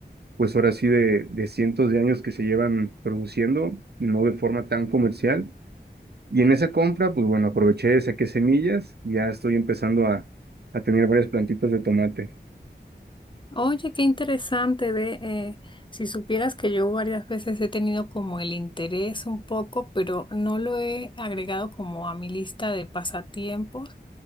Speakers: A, on the right; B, on the left.
A: pues ahora sí de, de cientos de años que se llevan produciendo, no de forma tan comercial. Y en esa compra, pues bueno, aproveché, saqué semillas, ya estoy empezando a, a tener varias plantitas de tomate.
B: Oye, qué interesante, ve, eh, si supieras que yo varias veces he tenido como el interés un poco, pero no lo he agregado como a mi lista de pasatiempos,